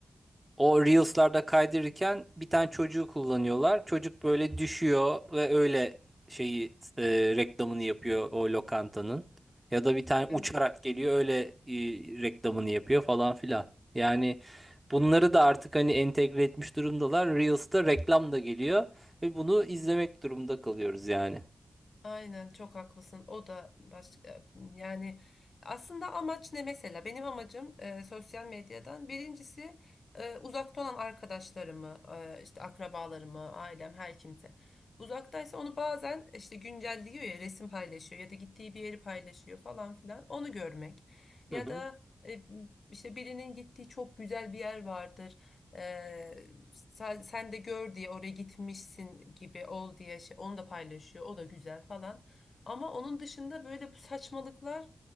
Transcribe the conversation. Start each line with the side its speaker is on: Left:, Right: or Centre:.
Right: o Reels'larda kaydırırken bir tane çocuğu kullanıyorlar. Çocuk böyle düşüyor ve öyle şeyi e, reklamını yapıyor o lokantanın. Ya da bir tane uçarak
Left: Evet.
Right: geliyor öyle e, reklamını yapıyor falan filan. Yani bunları da artık hani entegre etmiş durumdalar. Reels'ta reklam da geliyor ve bunu izlemek durumunda kalıyoruz yani.
Left: Aynen çok haklısın. O da başka yani aslında amaç ne mesela? Benim amacım e, sosyal medyadan birincisi e, uzakta olan arkadaşlarımı, e, işte akrabalarımı, ailem her kimse. Uzaktaysa onu bazen işte güncelliyor ya resim paylaşıyor ya da gittiği bir yeri paylaşıyor falan filan onu görmek. Ya
Right: Hı hı.
Left: da e, işte birinin gittiği çok güzel bir yer vardır. Ee, sen, sen de gör diye oraya gitmişsin gibi ol diye şey, onu da paylaşıyor. O da güzel falan. Ama onun dışında böyle bu saçmalıklar